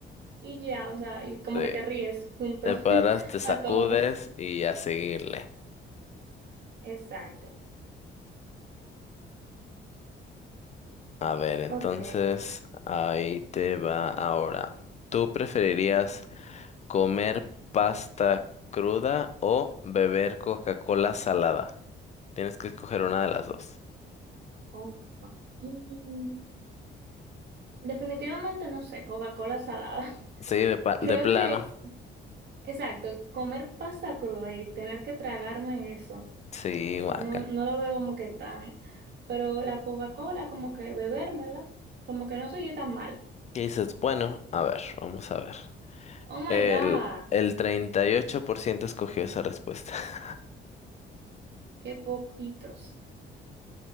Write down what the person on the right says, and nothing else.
Y ya, o sea, y como
que te ríes junto
<laughs>
a todos.
Exacto.
Ok.
Oh my God. Mm, definitivamente no sé, Coca-Cola salada. <laughs>
Creo
que Exacto, comer pasta cruda y tener que tragarme eso,
no, no lo veo como que tan, pero la Coca-Cola como que bebérmela, como que no soy yo tan mal.
Oh my
God,
qué poquitos.